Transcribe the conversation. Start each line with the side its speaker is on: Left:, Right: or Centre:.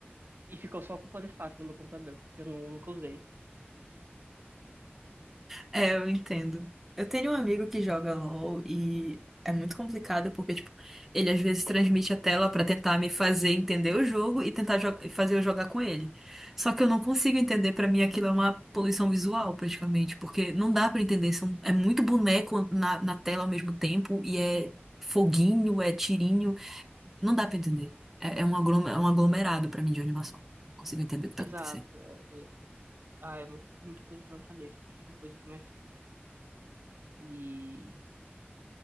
Right: e ficou só ocupando espaço no meu computador, porque eu não- nunca usei.
Centre: É, eu entendo. Eu tenho um amigo que joga LOL e é muito complicado porque, tipo, ele às vezes transmite a tela pra tentar me fazer entender o jogo e tentar jo- fazer eu jogar com ele. Só que eu não consigo entender, pra mim aquilo é uma poluição visual, praticamente, porque não dá pra entender. São, é muito boneco na, na tela ao mesmo tempo e é foguinho, é tirinho. Não dá pra entender. É, é um aglom- é um aglomerado pra mim de animação. Não consigo entender o que
Right: Exato.
Centre: tá acontecendo.
Right: É, é- ah, é muito- muita coisa pra minha cabeça. Eu prefiro coisas mais simples. E.